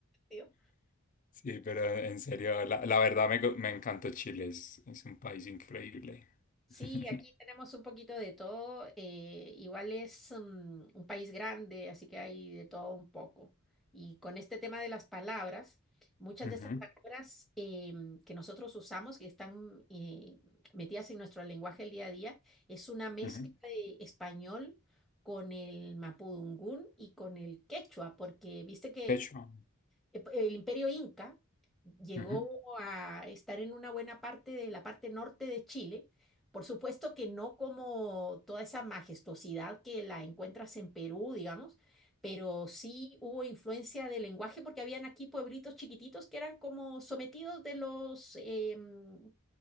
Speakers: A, in the centre; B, on the left.
A: divertido.
B: Sí, pero en serio, la, la verdad me, gu- me encantó Chile. Es, es un país increíble.
A: Sí,
B: <laughs>
A: aquí tenemos un poquito de todo. eh, igual es mm, un país grande, así que hay de todo un poco. Y con este tema de las palabras, muchas
B: Ujú,
A: de estas palabras em, que nosotros usamos, que están eh, metidas en nuestro lenguaje el día a día, es una mezcla
B: ujú.
A: de español con el mapudungún y con el quechua, porque viste que
B: De hecho,
A: eh, p- el imperio inca llegó
B: ujú,
A: a estar en una buena parte de la parte norte de Chile. Por supuesto que no como toda esa majestuosidad que la encuentras en Perú, digamos, pero sí hubo influencia del lenguaje porque habían aquí pueblitos chiquititos que eran como sometidos de los, em,